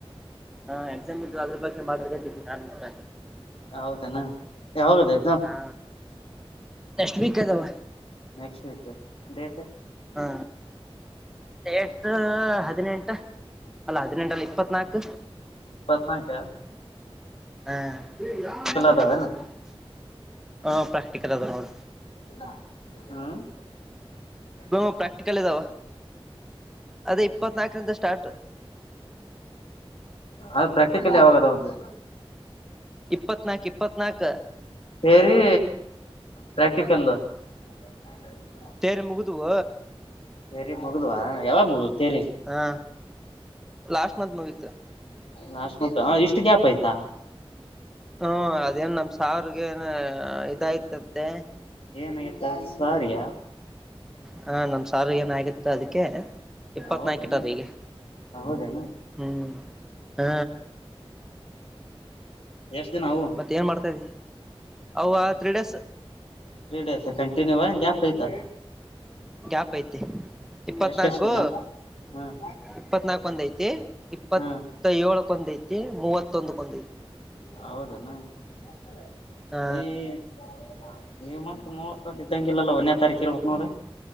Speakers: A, in the centre; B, on the left.
A: ಹಾ ಎಕ್ಸಾಮ್ ಇದ್ವಾ ಅದ್ರ ಬಗ್ಗೆ ಮಾತಾಡ್ಕತಿದ್ವಿ ನಾ ಮುಖಾ
B: ಹೌದನ ಯಾವಾಗದೆ.
A: ಹಾ ನೆಕ್ಸ್ಟ್ ವಿಕ್ ಅದಾವ
B: ನೆಕ್ಸ್ಟ್ ವೀಕ್ ಡೇಟ
A: ಹಾ ಡೆಟ್ ಹದಿನೆಂಟ ಅಲ್ಲ ಹದಿನೆಂಟಲ್ಲ ಇಪ್ಪತ್ನಾಲ್ಕ್
B: ಇಪ್ಪತ್ನಾಲ್ಕ್
A: ಹಾ <unintelligible>
B: ಅದಾವೇನು
A: ಹ ಪ್ರಾಕ್ಟಿಕಲ್ ಅದ ನೋಡು
B: <unintelligible> ಹ್ಮ್
A: ಹು ಪ್ರಾಕ್ಟಿಕಲ್ ಇದಾವ ಅದೇ ಇಪ್ಪತ್ನಾಕರಿಂದ ಸ್ಟಾರ್ಟ್
B: ಅದ ಪ್ರಾಕ್ಟಿಕಲ್ ಯಾವಾಗದವ ಅಂದೆ
A: ಇಪ್ಪತ್ನಾಕ್ ಇಪ್ಪತ್ನಾಕ
B: ಥೇರೀ ಪ್ರಾಕ್ಟಿಕಲ್ <unintelligible>
A: ಥೆರಿ ಮುಗದುವ
B: ಥೇರಿ ಮುಗುದುವಾ ಯಾವಾಗ ಮುಗುದುವ ಥೇರಿ
A: ಹಾ ಲಾಸ್ಟ್ ಮಂತ್ ಮುಗಿತ್ತ್.
B: ಲಾಷ್ಟ ಮಂತ್ ನ ಇಷ್ಟ್ ಗ್ಯಾಪ್ ಆಯ್ತಾ
A: ಹ್ಮ ಅದೇನ್ ನಮ್ ಸಾವ್ರಗ ಏನೋ ಇದಾಯ್ತಂತೆ.
B: ಏನಾಗಿತ್ತ ಸರ್ಗಾ.
A: ಹ ನಮ್ ಸರ್ಗ್ ಏನಗತ್ತು ಅದಕ್ಕೆ. ಇಪ್ಪತ್ನಾಕು
B: ಹೌದೇನು
A: ಇಟ ಈಗೆ
B: ಹೌದೇನು
A: ಹ್ಮ್ ಹ
B: ಎಷ್ಟ ದಿನ <unintelligible>
A: ಮತ್ತೆ ಏನ್ ಮಾಡ್ತಾತ ಇದಿಯಾ ಅವ್ವ three days
B: three days continue <unintelligible> gap ಐತ.
A: ಗ್ಯಾಪ್ ಐತಿ ಇಪ್ಪತ್ನಾಕು.
B: ಎಷ್ಟೆಷ್ಟು ದಿನ ಹ್ಮ್
A: ಇಪ್ಪತ್ನಾಲ್ಕ ಒಂದ ಐತಿ ಇಪ್ಪತ್ತ
B: ಹ್ಮ್
A: ಏಳಕ್ ಒಂದ ಐತಿ ಮೂವತ್ತೊಂದಕ್ಕ ಒಂದ <unintelligible>
B: ಹೌದನ <unintelligible>
A: ಹಾ
B: <unintelligible> ಈ ಮಂತ್ ಮೂವತ್ತೊಂದ್ ಇದ್ದಂಗಿಲ್ಲಲ್ಲ ಒನ್ನೆ ತಾರೀಕ ಇರ್ಬೇಕ್ ನೋಡಿ.